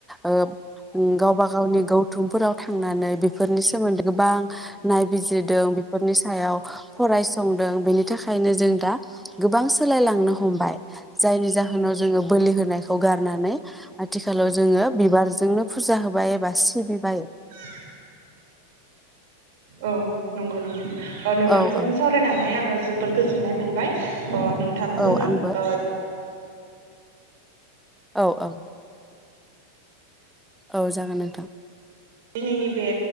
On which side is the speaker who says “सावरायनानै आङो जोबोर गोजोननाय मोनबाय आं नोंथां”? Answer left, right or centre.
Right